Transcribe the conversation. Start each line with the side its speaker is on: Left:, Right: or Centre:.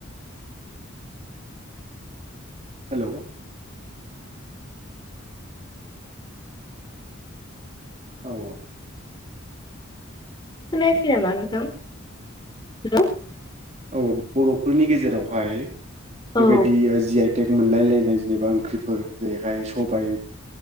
Right: हेल' औ
Left: खोनायाखै नामा नोंथां हेल'
Right: औ बर'फोरनि गेजेरावहाय बेबायदि
Left: औ
Right: जियाय टेग मोनलायलायनाय जेनेबा ओंख्रिफोर जेरैहाय सबाय